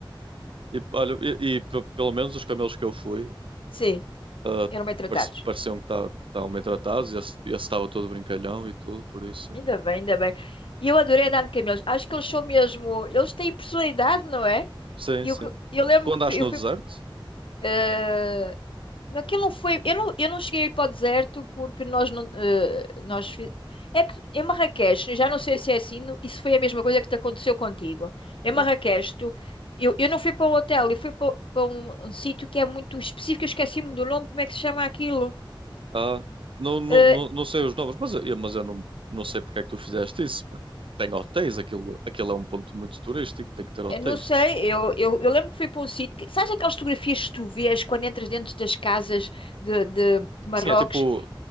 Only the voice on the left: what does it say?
sim,
eram bem tratados.
Ainda bem, ainda bem. E eu adorei andar de camelos. Acho que eles são mesmo. Eles têm personalidade, não é?
E
eu, que- eu lembro
que
fui- eu
fui
Eh, Aquilo não foi. Eu não, eu não cheguei aí para o deserto porque nós não. eh, nós fi- É que em Marrakech, já não sei se é assim, no- isso foi a mesma coisa que te aconteceu contigo. Em
Marrakech, tu, eu, eu não fui para um hotel, eu fui para, para um, um sítio que é muito específico, eu esqueci-me do nome, como é que se chama aquilo?
Eh,
eu não sei, eu, eu, eu lembro que fui para um sítio. Que, sabes aquelas fotografias que tu vês quando entras dentro das casas de, de, de Marrocos?